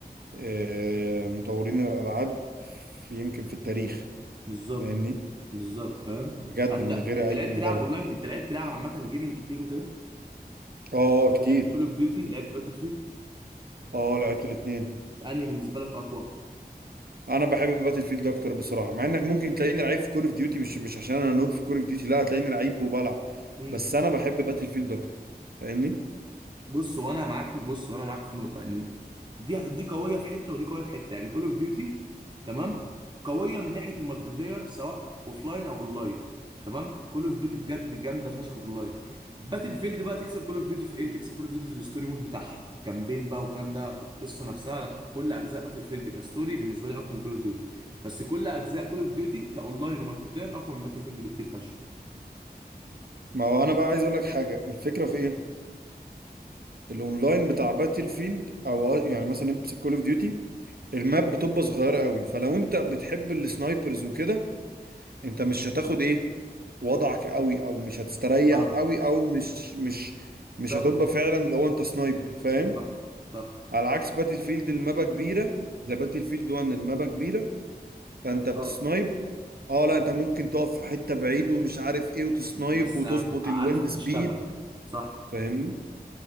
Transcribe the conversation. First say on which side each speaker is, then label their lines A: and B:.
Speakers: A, on the right; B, on the right.
A: آه، مطورين الالعاب في يمكن في التاريخ
B: بالظبط
A: فاهمني
B: بالظبط فاهم
A: بجد
B: انت
A: من غير
B: انت
A: اي
B: لعبت
A: مبالغه
B: لعب اونلاين انت لعبت لعب عامه جيمنج كتير وكده
A: اه اه كتير
B: لعبت كول اوف ديوتي لعبت باتل فيلد
A: اه لعبت الاثنين
B: انهي بالنسبه لك اقوى
A: انا بحب باتل فيلد اكتر بصراحه مع انك ممكن تلاقيني لعيب في كول اوف ديوتي مش مش عشان انا نوب في كول اوف ديوتي لا هتلاقيني لعيب وبلعب
B: امم
A: بس انا بحب باتل فيلد اكتر فاهمني
B: بص هو انا معاك في بص هو انا معاك في نقطه ان دي دي قويه في حته ودي قويه في حته يعني كول اوف ديوتي تمام قويه من ناحيه المالتي بلاير سواء لاين او اونلاين تمام كول اوف ديوتي بجد جامده فشخ اونلاين باتل فيلد بقى تكسب كول اوف ديوتي في ايه تكسب كول اوف ديوتي في الستوري مود بتاعها كامبين بقى والكلام ده القصه نفسها لا كل اجزاء باتل فيلد كستوري بالنسبه لي اقوى من كول اوف ديوتي بس كل اجزاء كول اوف ديوتي كاونلاين ومالتي بلاير اقوى من باتل فيلد بكتير فشخ
A: ما هو انا بقى عايز اقول لك حاجه الفكره في ايه الاونلاين بتاع باتل فيلد او آه، يعني مثلا امسك كول اوف ديوتي الماب بتبقى صغيره قوي فلو انت بتحب السنايبرز وكده انت مش هتاخد ايه وضعك قوي او مش هتستريح
B: اه
A: قوي او مش مش مش
B: صح
A: هتبقى فعلا اللي هو انت سنايبر فاهم
B: صح صح
A: على عكس باتل فيلد المابا كبيره زي باتل فيلد 1 المابا كبيره فانت بتسنايب
B: اه
A: اه لا انت ممكن تقف في حته بعيد ومش عارف ايه وتسنايب
B: بس بس
A: وتظبط
B: هتبقى
A: الويند
B: عارف تشتغل
A: سبيد
B: صح
A: فاهمني